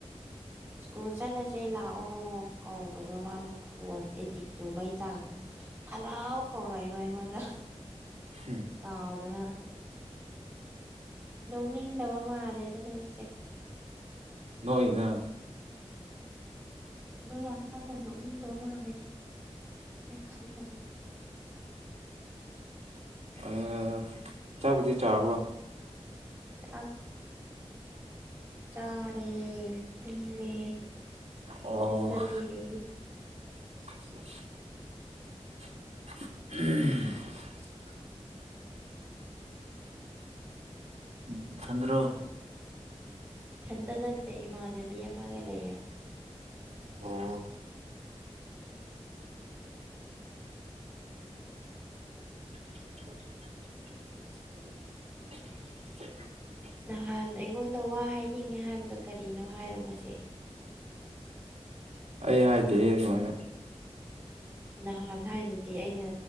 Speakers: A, on the right; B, on the right.
A: <inaudible>
B: ꯁ꯭ꯀꯨꯜ ꯆꯠꯂꯁꯦ ꯂꯥꯛꯑꯣ ꯀꯧꯕꯗꯣ ꯃꯥꯅ ꯐꯣꯟ ꯑꯦꯗꯤꯛ ꯆꯨꯕꯒꯤ ꯆꯥꯡꯗꯣ ꯍꯜꯂꯥꯎ ꯀꯧꯔꯛꯏꯕ ꯑꯩꯉꯣꯟꯗ
A: ꯍꯨꯝ
B: ꯀꯥꯎꯗꯅ ꯅꯣꯛꯅꯤꯡꯗꯕ ꯃꯥꯜꯂꯦꯗ ꯅꯪꯒꯤꯁꯦ
A: ꯅꯣꯛꯏꯔ
B: ꯅꯣꯏ ꯌꯥꯝ ꯀꯟꯅ ꯅꯣꯛꯅꯤꯡꯗꯕ ꯃꯜꯂꯦꯗ ꯅꯦ ꯈꯟꯕꯗ
A: ꯑꯥ ꯆꯥꯛꯕꯨꯗꯤ ꯆꯥꯔꯕꯣ
B: ꯆꯥꯛ ꯆꯥꯔꯦ ꯇꯨꯝꯃꯦ
A: ꯑꯣ
B: ꯐꯃꯨꯡꯗ ꯂꯩꯔꯦ
A: <unintelligible> ꯅꯊꯟꯗꯔꯣ
B: ꯏꯊꯟꯇ ꯅꯠꯇꯦ ꯏꯃꯥꯟꯅꯕꯤ ꯑꯃꯒ ꯂꯩꯌꯦ
A: ꯑꯣ <inaudible>
B: ꯅꯍꯥꯟ ꯑꯩꯉꯣꯟꯗ ꯋꯥ ꯍꯥꯏꯅꯤꯡꯉꯦ ꯍꯥꯏꯕꯗꯣ ꯀꯔꯤꯅꯣ ꯍꯥꯏꯔꯣ ꯉꯁꯤ
A: ꯑꯩ ꯍꯥꯏꯗꯦꯍꯦ ꯗꯨꯃꯥꯏꯅ
B: ꯅꯍꯥꯟ ꯍꯥꯏꯗꯨꯗꯤ ꯑꯩꯅ